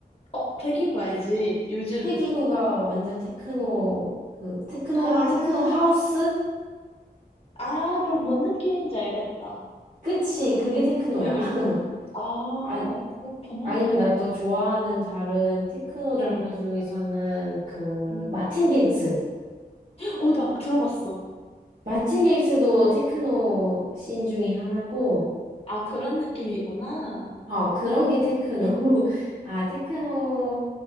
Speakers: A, on the left; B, on the right.
A: 어, 튀기고 알지? 요즘,
B: 패기구가 완전 테크노, 그, 테크노랑
A: 아,
B: 테크노 하우스?
A: 아, 그럼 뭔 느낌인지 알겠다.
B: 끝이, 그게 테크노야.
A: 음.
B: <laughs>
A: 아,
B: 아,
A: 그렇구나.
B: 아니면 나 또 좋아하는 다른 테크노 장르
A: 응,
B: 중에서는 그,
A: 응.
B: 마틴 게릭스.
A: 어, 나 들어봤어.
B: 마틴 게릭스도 테크노 씬 중에 하나고,
A: 아, 그런 느낌이구나.
B: 어, 그런 게 테크노.
A: 음.
B: <laughs> 아, 테크노,